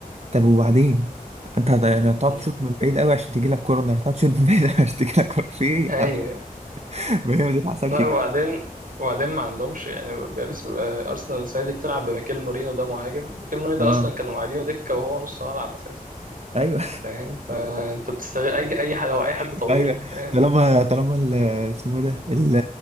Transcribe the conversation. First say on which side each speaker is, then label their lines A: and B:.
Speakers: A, on the right (about 45°); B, on the right (about 70°).
A: طب وبعدين
B: مم.
A: أنت هت- يعني هتقعد
B: مم.
A: تشوط من بعيد قوي عشان تجيلك كورنر هتقعد تشوط من بعيد قوي عشان تجيلك كورنر في إيه
B: هي
A: يا عم؟ <laughs> ما هي ما تتحسبش
B: لا
A: كده
B: وبعدين وبعدين ما عندهمش يعني باريس آه، ارسنال السنه دي بتلعب بميكيل مورينو ده مهاجم ميكيل مورينو ده
A: اه
B: اصلا كانوا قاعدينه دكه وهو نص ملعب اساسا
A: ايوه
B: فاهم فانت بتستغل اي اي حد هو اي حد
A: <laughs>
B: طويل
A: ايوه
B: فاهم
A: طالما طالما ال- اسمه ده ال-